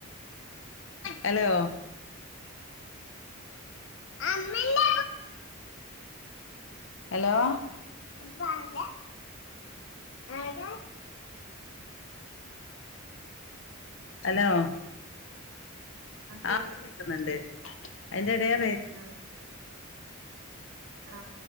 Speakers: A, on the left; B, on the right.
A: ഹലോ ആ അമ്മല്ല ഹലോ കേൾക്കില്ല ആരാ അലോ
B: കേൾക്ക്
A: ആ കേക്കുന്നുണ്ട് അതിന്റെ ഇടയാ
B: ആ ആ